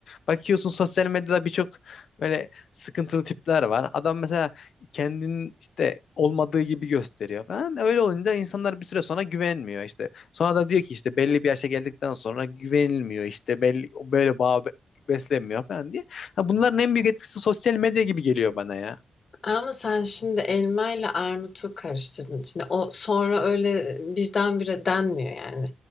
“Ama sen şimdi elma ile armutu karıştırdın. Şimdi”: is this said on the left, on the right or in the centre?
Left